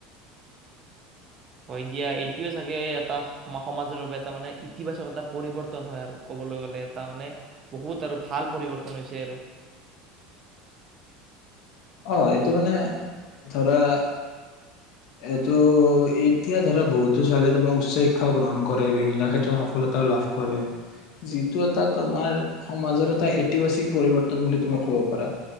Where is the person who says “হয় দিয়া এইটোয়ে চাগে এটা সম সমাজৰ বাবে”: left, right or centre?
Right